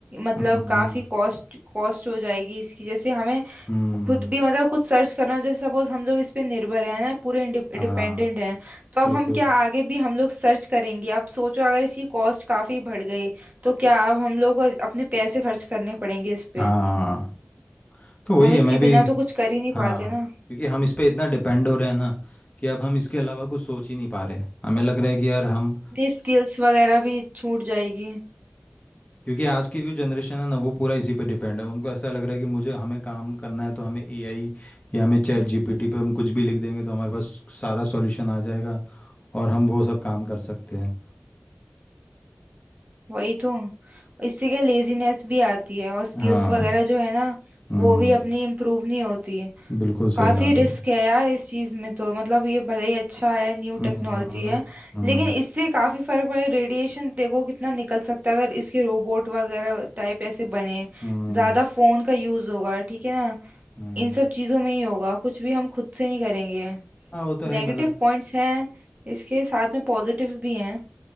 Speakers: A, on the right; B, on the left.
A: मतलब
B: हम्म
A: काफी कॉस्ट कॉस्ट हो जाएगी इसकी जैसे हमें
B: हम्म
A: खुद भी मतलब कुछ सर्च करना हो जैसे सपोज हम लोग इस पे निर्भर हैं ना पूरे डिपेंडेंट
B: आ,
A: हैं तो अब
B: बिल्कुल
A: हम क्या आगे भी हम लोग सर्च करेंगे अब सोचो अगर इसकी कॉस्ट काफी बढ़ गई तो क्या अब हम लोग को अपने पैसे खर्च करने पड़ेंगे इस पे
B: हाँ तो वही
A: हम इसके
B: है मैं
A: बिना
B: भी
A: तो कुछ कर ही नहीं
B: हाँ
A: पाते ना
B: क्योंकि हम इस पे इतना डिपेंड हो रहे हैं ना कि अब हम इसके अलावा कुछ सोच ही नहीं पा रहे हमें लग रहा है कि यार हम
A: अपनी स्किल्स वगैरह भी छूट जाएगी
B: क्योंकि आज की जो जनरेशन है ना वो पूरा इसी पे डिपेंड है उनको ऐसा लग रहा है कि मुझे हमें काम करना है तो हमें एआई या हमें चैट
A: हम्म।
B: जीपीटी पे हम कुछ भी लिख देंगे तो हमारे पास सारा सॉल्यूशन आ जाएगा और हम वो सब काम कर सकते हैं
A: वही तो इससे क्या लेजीनेस भी आती है और स्किल्स
B: हाँ
A: वगैरह जो है ना
B: हम्म
A: वो भी अपनी इम्प्रूव नहीं होती
B: बिल्कुल
A: काफी
B: सही कहा तुमने
A: रिस्क है यार इस चीज में तो मतलब ये भले ही अच्छा है न्यू
B: हम्म
A: टेक्नोलॉजी है
B: हम्म
A: लेकिन इससे काफी फर्क पड़े रेडिएशन देखो कितना निकल सकता है अगर इसके रोबोट वगैरह टाइप ऐसे बने
B: हम्म
A: ज्यादा फोन का यूज होगा ठीक है ना
B: हम्म।
A: इन सब चीजों में ही होगा कुछ भी हम खुद से नहीं करेंगे
B: हाँ वो तो है ही,
A: नेगेटिव
B: मतलब
A: पॉइंट्स हैं इसके साथ में पॉजिटिव भी हैं